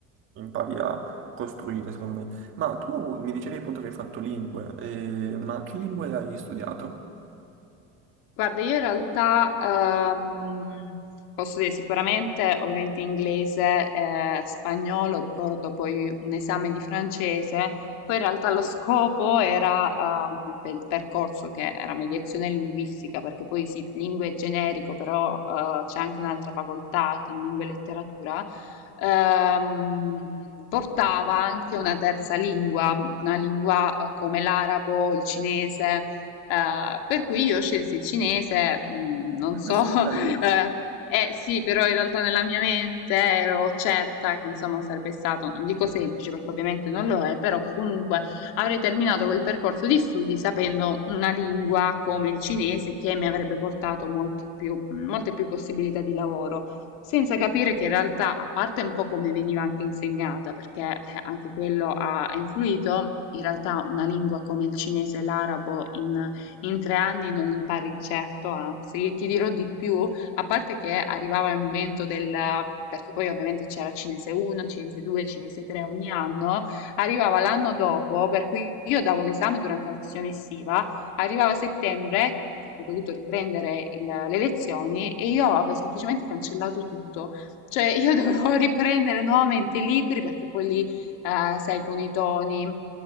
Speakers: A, on the right; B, on the left.
A: impari a costruire, secondo me. Ma tu mi dicevi appunto che hai fatto lingue, eh, ma che lingue hai studiato?
B: Guarda, io in realtà ehm, posso dire sicuramente, ovviamente inglese e spagnolo, ricordo poi un esame di francese, poi in realtà lo scopo era ehm, per il percorso che era mediazione linguistica, perché poi sì, lingue è generico, però eh, c'è anche un'altra facoltà che è lingua e letteratura, ehm, portava anche una terza lingua, una lingua eh, come l'arabo, il cinese. Eh, per cui io scelsi il cinese, mh, non so,
A: Ah, stupendo.
B: <laughs> eh, eh, sì, però in realtà nella mia mente ero certa che insomma sarebbe stato, non dico semplice perché ovviamente non lo è, però che comunque avrei terminato quel percorso di studi sapendo una lingua come il cinese che mi avrebbe portato molti più- molte più possibilità di lavoro. Senza capire che in realtà, a parte un po' come veniva anche insegnata, perché eh, anche quello ha ha influito, in realtà una lingua come il cinese e l'arabo in in tre anni non impari di certo, anzi, ti dirò di più, a parte che arrivava il momento del... perché poi ovviamente c'era Cinese 1, Cinese 2, Cinese 3 ogni anno, arrivava l'anno dopo, per cui io davo l'esame durante la sessione estiva, arrivava settembre, che avrei dovuto riprendere il- le lezioni, e io avevo semplicemente cancellato tutto, cioè io <laughs> dovevo riprendere nuovamente i libri perché poi lì, eh, sai, con i toni